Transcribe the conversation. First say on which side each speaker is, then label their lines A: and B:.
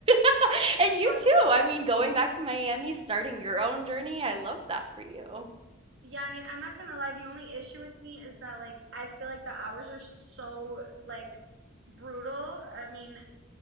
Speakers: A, on the right; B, on the right.
A: <laughs> and you
B: God. Honestly.
A: too. I mean, going back to Miami, starting your own journey. I love that for you.
B: Yeah, I mean, I'm not gonna lie. The only issue with me is that like I feel like the hours are so like brutal. I mean,